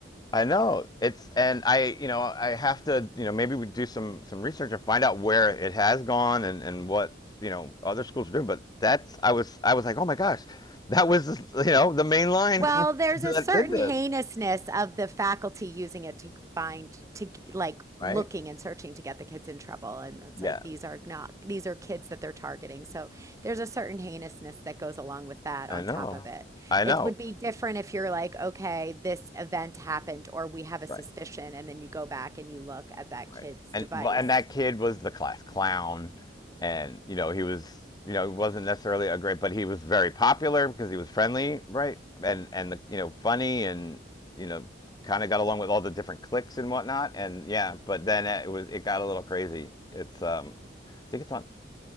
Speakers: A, on the left (about 20°); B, on the right (about 15°).
A: I know it's, and I, you know, I have to, you know, maybe we do some some research and find out where it has gone and and what you know other schools are doing. But that's, I was, I was like, oh my gosh, that was, you know, the main line
B: Well,
A: from,
B: there's
A: <laughs>
B: a certain
A: that did this,
B: heinousness of the faculty using it to find, to like
A: right?
B: looking and searching to get the kids in trouble. And it's
A: Yeah,
B: like these are not, these are kids that they're targeting. So there's a certain heinousness that goes along with that
A: I
B: on
A: know,
B: top of it.
A: I
B: It
A: know,
B: would be different if you're like, okay, this event happened or we have a
A: right?
B: suspicion.
A: Yeah.
B: And then you go back and you look at that
A: Right.
B: kid's
A: And
B: device.
A: well, and that kid was the class clown, and you know he was, you know, he wasn't necessarily a great, but he was very popular because he was friendly, right? And and the you know funny and you know kind of got along with all the different cliques and whatnot. And yeah, but then it was it got a little crazy. It's um, I think it's on